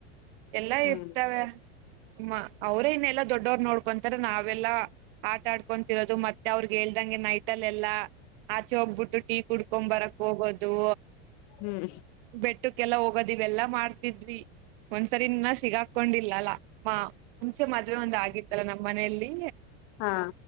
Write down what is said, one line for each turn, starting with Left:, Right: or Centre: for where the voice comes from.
Right: ಎಲ್ಲಾ
Left: ಹ್ಮ್
Right: ಇರ್ತವೆ ಮ್ಮ ಅವ್ರೇನ್ನಲ್ಲಾ ದೊಡ್ಡವ್ರು ನೋಡ್ಕೊಂತಾರೆ ನಾವೆಲ್ಲಾ ಆಟ ಆಡ್ಕೊಂತತಿರೋದು ಮತ್ತೆ ಅವ್ರಗೆ ಗೆ ನೈಟಲ್ಲ ಎಲ್ಲಾ ಆಚೆ ಹೋಗ್ಬಿಟ್ಟು ಟೀ ಕುಡ್ಕೊ ಬರಕ್ ಹೋಗೋದು
Left: ಹ್ಮ್
Right: ಬೆಟ್ಟಕ್ಕೆಲ್ಲ ಹೋಗೋದ ಇವೆಲ್ಲಾ ಮಾಡ್ತಿದ್ವಿ ಒಂದ್ಸರಿ ಸಿಗಾಕೊಂಡಿಲ್ಲಲ್ಲ ಮಾ ಮುಂಚೆ ಮದುವೆ ಒಂದ ಆಗಿತ್ತಲ್ಲ ನಮ್ಮ್ ಮನೆಯಲ್ಲಿ
Left: ಹಾ